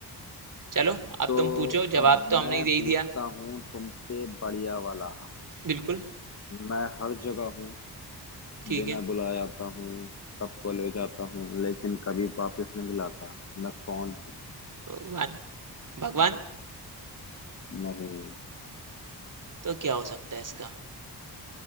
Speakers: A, on the right (about 50°); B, on the left (about 40°).
A: चलो अब
B: तो
A: तुम पूछो जवाब
B: अब
A: तो हमने
B: मैं
A: ही दे ही
B: पूछता
A: दिया
B: हूँ तुमसे बढ़िया वाला
A: बिल्कुल
B: मैं हर जगह हूँ
A: ठीक
B: बिना
A: है
B: बुलाए आता हूँ सबको ले जाता हूँ लेकिन कभी वापस नहीं लाता मैं कौन हूँ
A: भगवान भगवान
B: नहीं
A: तो क्या हो सकता है इसका